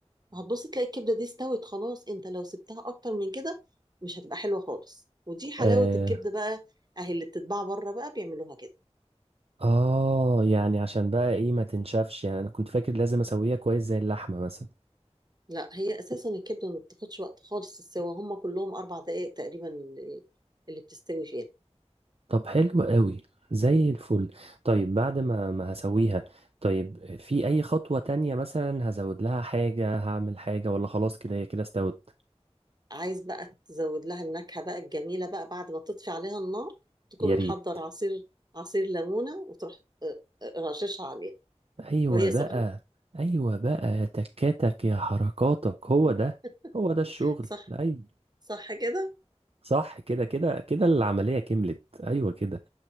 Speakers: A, on the right; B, on the right.
A: هتبص تلاقي الكبدة دي استوت خلاص انت لو سبتها أكتر من كده مش هتبقى حلوة خالص ودي حلاوة
B: امم
A: الكبدة بقى أهي اللي بتتباع بره بقى بيعملوها كده
B: اه يعني عشان بقى ايه ما تنشفش يعني انا كنت فاكر لازم اسويها كويس زي اللحمة مثلا
A: لا هي اساسا الكبده ما بتاخدش وقت خالص السوا هم كلهم اربع دقائق تقريبا اللي اللي بتستوي فيها
B: طب حلو قوي زي الفل طيب بعد ما ما هسويها طيب في اي خطوة تانية مثلا هزود لها حاجة هعمل حاجة ولا خلاص كده هي كده استوت
A: عايز بقى تزود لها النكهه بقى الجميله بقى بعد ما تطفي عليها النار تكون
B: يا ريت
A: محضر عصير عصير ليمونه وتروح آه، آه، رششها عليها
B: ايوه
A: وهي
B: بقى
A: سخنه
B: ايوه بقى تكاتك يا حركاتك
A: <laughs>
B: هو ده هو ده الشغل
A: صح
B: ايوه
A: صح كده
B: صح كده كده كده العملية كملت ايوه كده